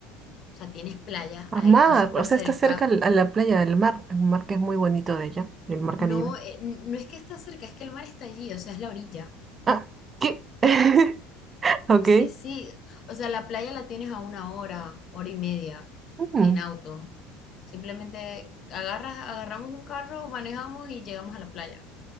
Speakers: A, on the left; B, on the right.
A: O sea, tienes playa
B: Ah,
A: allí
B: mar.
A: súper
B: O sea,
A: cerca.
B: está cerca al- a la playa del mar. El mar que es muy bonito de allá. El mar Caribe.
A: No, eh, no es que está cerca, es que el mar está allí, o sea, es la orilla.
B: Ah, ¿qué? <laughs> Ok.
A: Sí, sí. O sea, la playa la tienes a una hora, hora y media
B: Mm.
A: en auto. Simplemente agarras, agarramos un carro, manejamos y llegamos a la playa.